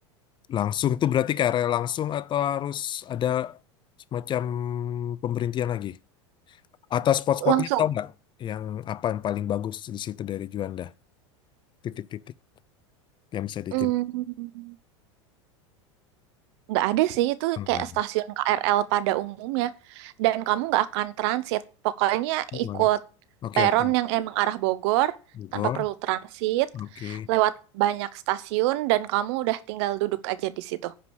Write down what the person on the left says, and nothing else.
langsung tuh berarti ke area langsung atau harus ada semacam pemberhentian lagi? Atau spot-spotnya
tau nggak? Yang apa yang paling bagus di situ dari Juanda? Titik-titik yang bisa diceritakan.
Oh, nggak
ada.
Oh, nggak
ada. Oke,
oke.
Bogor.
Oke.